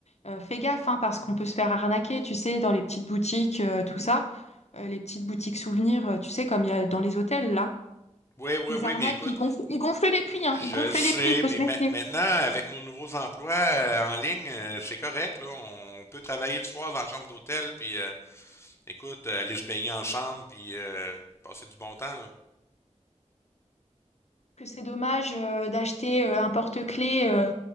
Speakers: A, on the left; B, on the left.
A: euh, fais gaffe hein, parce qu'on peut se faire arnaquer, tu sais, dans les petites boutiques, euh, tout ça, Euh, les petites boutiques souvenirs, euh, tu sais, comme il y a dans les hôtels là.
B: Oui, oui,
A: Ils
B: oui,
A: arnaquent,
B: mais écoute,
A: ils gonflent, ils gonflent les prix, hein,
B: je
A: ils gonflent
B: le sais,
A: les prix, il faut
B: mais
A: se
B: ma-
A: méfier.
B: maintenant, avec nos nouveaux emplois euh, en ligne, euh, c'est correct, là. On, peut travailler le soir dans la chambre d'hôtel, puis euh, Écoute, euh, aller se baigner ensemble puis euh, passer du bon temps, là.
A: que c'est dommage euh, d'acheter euh, un porte-clés euh,